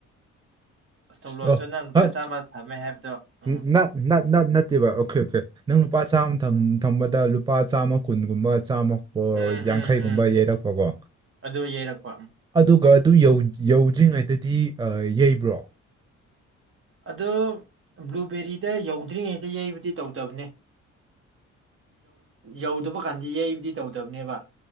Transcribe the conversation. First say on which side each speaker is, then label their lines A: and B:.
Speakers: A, on the right; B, on the right.
A: ꯏꯁꯇꯣꯞ ꯂꯣꯁꯇꯣ
B: ꯑꯣ
A: ꯅꯪ ꯂꯨꯄꯥ ꯆꯥꯝꯃ ꯊꯝꯃꯦ ꯍꯥꯏꯕꯗꯣ ꯎꯝ
B: <unintelligible> ꯅꯠꯇꯦꯕ ꯑꯣꯈꯦ ꯑꯣꯈꯦ ꯂꯨꯄꯥ ꯆꯥꯝꯃ ꯊꯝ ꯊꯝꯕꯗ ꯂꯨꯄꯥ ꯆꯥꯝꯃ ꯀꯨꯟꯒꯨꯝꯕ ꯆꯥꯝꯃ <unintelligible> ꯑꯣ
A: ꯎꯝ
B: ꯌꯥꯡꯈꯩꯒꯨꯝꯕ
A: ꯎꯝ ꯎꯝ
B: ꯌꯩꯔꯛꯄꯀꯣ
A: ꯑꯗꯨ ꯌꯩꯔꯛꯄ ꯎꯝ
B: ꯑꯗꯨꯒ ꯑꯗꯨ ꯌꯧꯗ꯭ꯔꯤꯉꯩꯗꯗꯤ ꯌꯩꯕ꯭ꯔꯣ
A: ꯑꯗꯨ ꯕ꯭ꯂꯨꯕꯦꯔꯤꯗ ꯌꯧꯗ꯭ꯔꯤꯉꯩꯗ ꯌꯩꯕꯗꯤ ꯇꯧꯗꯕꯅꯦ ꯌꯧꯗꯕ ꯀꯥꯟꯗ ꯌꯩꯕꯗꯤ ꯇꯧꯗꯕꯅꯦꯕ꯫